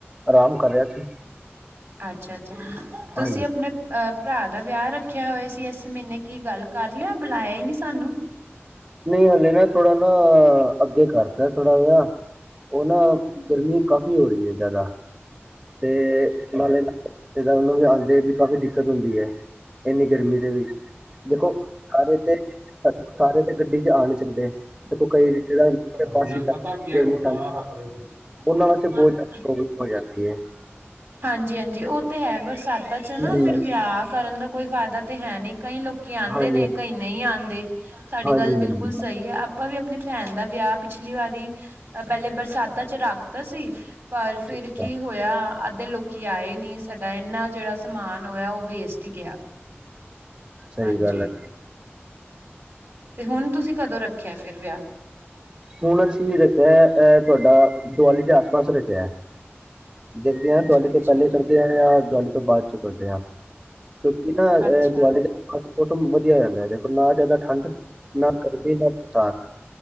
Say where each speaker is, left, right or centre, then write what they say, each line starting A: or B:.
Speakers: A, on the right; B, on the right.
A: ਆਰਾਮ ਕਰ ਰਿਹਾ ਸੀ।
B: ਅੱਛਾ-ਅੱਛਾ, ਤੁਸੀਂ
A: ਹਾਂਜੀ,
B: ਅਪਨੇ ਅ ਭਰਾ ਦਾ ਵਿਆਹ ਰੱਖਿਆ ਹੋਇਆ ਸੀ ਇਸ ਮਹੀਨੇ, ਕੀ ਗੱਲ? ਕਰ ਲਿਆ ਬੁਲਾਇਆ ਹੀ ਨੀ ਸਾਨੂੰ।
A: ਨਈ ਹਲੇ ਨਾ ਥੋੜਾ ਨਾ, ਅੱਗੇ ਕਰਤਾ ਥੋੜਾ ਵਿਹਾ ਉਹ ਨਾ ਗਰਮੀ ਕਾਫੀ ਹੋ ਰੀ ਏ ਜਾਦਾ। ਤੇ ਨਾਲੇ ਰਿਸ਼ਤੇਦਾਰ ਨੂੰ ਵੀ ਆਂਦੇ ਵੀ ਕਾਫ਼ੀ ਦਿੱਕਤ ਹੁੰਦੀ ਏ। ਇੰਨੀ ਗਰਮੀ ਦੇ ਵਿੱਚ ਦੇਖੋ ਸਾਰੇ ਤੇ, ਸਾਰੇ ਤੇ ਗੱਡੀ 'ਚ ਆ ਨਹੀਂ ਸਕਦੇ, ਦੇਖੋ ਕਈ ਰਿਸ਼ਤੇਦਾਰ
B: <unintelligible>
A: ਬੱਸ
B: ਪਤਾ ਵੀ ਹੈ ਕੋਈ
A: ਚ
B: ਨਾਂ ਰੱਖ ਰੇ ਓ <unintelligible>
A: ਉਹਨਾਂ ਵਾਸਤੇ ਬਹੁਤ ਜ਼ਿਆਦਾ ਪ੍ਰੋਬਲਮ ਹੋ ਜਾਂਦੀ ਏ।
B: ਹਾਂਜੀ-ਹਾਂਜੀ, ਓ ਤੇ ਹੈ ਬਰਸਾਤਾਂ 'ਚ ਨਾ
A: ਹਮ
B: ਫਿਰ ਵਿਆਹ ਕਰਨ ਦਾ ਕੋਈ ਫਾਇਦਾ ਤੇ ਹੈ ਨੀ ਕਈ ਲੋਕ ਕਈ ਆਂਦੇ
A: ਹਾਂਜੀ
B: ਨੇ, ਕਈ ਨਈ ਆਂਦੇ ਤੁਹਾਡੀ
A: ਹਾਂਜੀ
B: ਗੱਲ ਬਿਲਕੁਲ
A: ਹਾਂਜੀ
B: ਸਈ ਐ। ਆਪਾ ਵੀ ਅਪਨੀ ਭੈਣ ਦਾ ਵਿਆਹ, ਪਿਛਲੀ ਵਾਰੀ ਅ ਪਹਿਲੇ ਬਰਸਾਤਾਂ 'ਚ ਰੱਖਤਾ ਸੀ। ਪਰ ਫਿਰ
A: ਠੀਕ
B: ਕੀ
A: ਹੈ,
B: ਹੋਇਆ? ਅੱਧੇ ਲੋਕੀ ਆਏ ਨੀ, ਸਾਡਾ ਇੰਨਾ ਜੇੜਾ ਸਮਾਨ ਹੋਇਆ ਓ ਵੇਸਟ ਹੀ ਗਿਆ।
A: ਸਈ
B: ਹਾਂਜੀ
A: ਗੱਲ ਐ।
B: ਤੇ ਹੁਨ ਤੁਸੀਂ ਕਦੋਂ ਰੱਖਿਆ ਫਿਰ ਵਿਆਹ?
A: ਹੁਨ ਅਸੀਂ ਰੱਖਿਆ ਐ ਤੁਹਾਡਾ ਦੀਵਾਲੀ ਦੇ ਆਸ-ਪਾਸ ਰੱਖਿਆ। ਦੇਖਦੇ ਆਂ
B: ਅੱਛਾ-ਅੱਛਾ
A: ਦੀਵਾਲ਼ੀ ਤੋਂ ਪਹਿੱਲੇ ਕਰਦੇ ਆਂ ਯਾ ਦਵਾਲੀ ਤੋਂ ਬਾਅਦ ਚੋਂ ਕਰਦੇ ਆਂ। ਕਿਉਂਕਿ ਨਾ ਐ
B: ਅੱਛਾ
A: ਦੀਵਾਲ਼ੀ ਦੇ ਮੌਸਮ ਵਧੀਆ ਜਾਂਦਾ ਐ, ਦੇਖੋ ਨਾ ਜਾਦਾ ਠੰਡ, ਨਾ ਗਰਮੀ, ਨਾ ਬਰਸਾਤ।